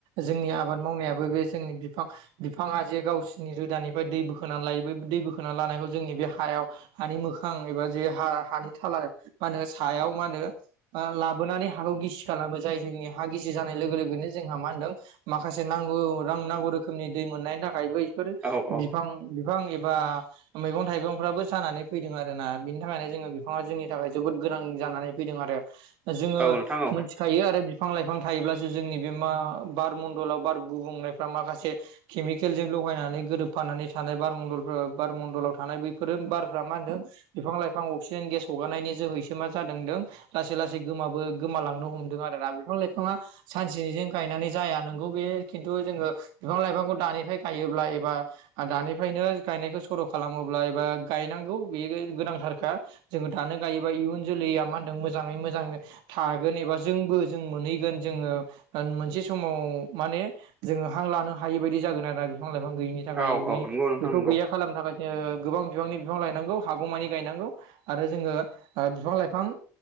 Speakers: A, on the right; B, on the right.
A: जोंनि आबाद मावनायाबो बे जोंनि बिफां बिफाङा जे गावसोरनि रोदानिफ्राय दै बोखोना लायो बै दै बोखोना लानायखौ जोंनि बे हायाव हानि मोखां एबा जे हा हानि थाला मा होनो सायाव मा होनो लाबोनानै हाखौ गिसि खालामो जाय जोंनि हा गिसि जानाय लोगो लोगोनो जोंहा मा होनदों। माखासे नांगौ रां नांगौ रोखोमनि दै मोननायनि थाखायबो बेफोर
B: औ औ
A: बिफां बिफां एबा मैगं थाइगंफ्राबो जानानै फैदों आरोना बिनि थाखायनो जोङो बिफाङा जोंनि थाखाय जोबोद गोनां जानानै फैदों आरो जोङो
B: औ नोंथां औ
A: थिखायो आरो बिफां लाइफां थायोब्लासो जोंनि बे मा बार मणडलाव बार गुबुंनायफ्रा माखासे केमिकेलजों लगायनानै गोरोबफानानै थानाय बारमडलफोर बारमडलाव थानाय बे फोर ओम बारफ्रा मा होनदों बिफां लाइफां अक्सिजेन गेस हगारनायनि जोहैसो मा जादों होन्दों लासै लासै गोमाबो गोमालांनो हमदों आरोना बिफां लाइफाङा सानसेजों गायनानै जाया नों गौ बे खिन्थु जोङो बिफां लाइफांखौ दानिफ्राय गायोब्ला एबा आ दानिफायनो गायनायखौ सर' खालामोब्ला एबा गायनांगौ बे गोनांथारखा। जोङो दानो गायोबा इयुन जोलैया मा होनदों मोजाङै मोजां थागोन एबा जोंबो जों मोनहैगोन जोङो ओन मोनसे समाव माने जोङो हां लानो हायि बायदि जागोन आरोना बिफां लाइफां गैयिनि थाखाय
B: औ
A: बि
B: औ नंगौ नोंथां
A: बेखौ
B: नंगौ
A: गैया खालामनो थाखाय जोङो गोबां बिबांनि बिफां लायफां हागौमानि गायनांगौ आरो जोङो ओ बिफां लाइफां